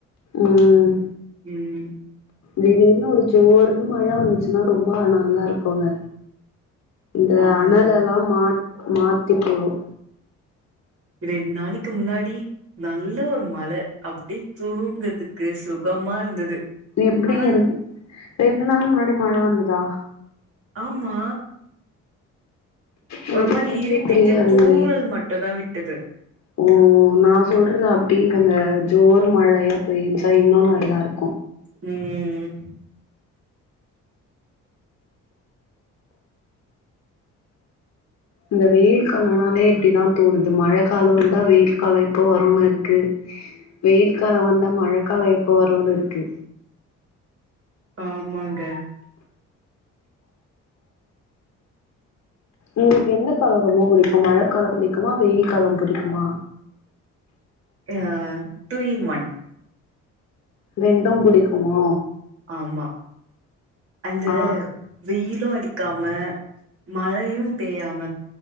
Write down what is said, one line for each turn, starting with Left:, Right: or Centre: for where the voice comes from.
Left: ம்
Right: ம்
Left: திடீர்னு ஒரு ஜோர்ன்னு மழ வந்ச்சு நா ரொம்ப நல்லா இருக்குங்க இந்த
Right: ஆமாங்க
Left: அணலல்லா மாட் மாத்தி போடும்
Right: ரெண் நாளைக்கு முன்னாடி நல்ல ஒரு மழ அப்டியே தூங்கற்துக்கு சுகமா இருந்தது
Left: எப்டி
Right: ஆனா
Left: இருந் ரெண்டு நாள் முன்னாடி மழ வந்ததா
Right: ஆமா
Left: எனக்கு
Right: ஒரு மாரி
Left: தெரியவே
Right: இருட்டிட்டு
Left: தெரியாதுங்களே
Right: தூறல் மட்டும் தா விட்டது
Left: ம் ம் நா சொல்றது அப்டில்லங்க ஜோர் மழயா பெய்ந்ச்சா இன்னு நல்லாருக்
Right: ம் ம் ம்
Left: இந்த வெயில் காலனாலே இப்டிதா தோணுது மழ காலம் வந்தா வெயில் காலம் எப்போ வரோன் இருக்கு வெயில் காலம் வந்தா மழக் கலாம் எப்போ வருன்னு இருக்கு
Right: ஆமாங்க
Left: உங்களுக்கு எந்த காலம் ரொம்ப புடிக்கும் மழக்காலம் புடிக்குமா வெயில் காலம் புடிக்குமா
Right: ஆ டூ இன் ஒன்
Left: ரெண்டும் புடிக்குமோ
Right: ஆம்மா அந்த
Left: ஆ
Right: வெயிலு அடிக்காம மழயும் பெய்யாம